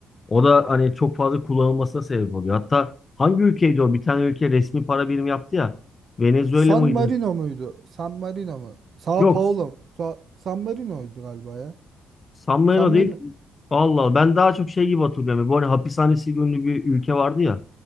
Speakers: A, on the left; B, on the right.
A: O da hani çok fazla kullanılmasına sebep oluyor. Hatta hangi ülkeydi o? Bir tane ülke resmi para birimi yaptı ya. Venezuela
B: San
A: mıydı?
B: Marino muydu? San Marino mu? Sao
A: Yok.
B: Paulo. mu? Sa- San Marino'ydu galiba ya.
A: San Marino
B: San Marino.
A: değil. Allah Allah. Ben daha çok şey gibi hatırlıyorum. Bu hani hapishanesi ünlü bir ülke vardı ya.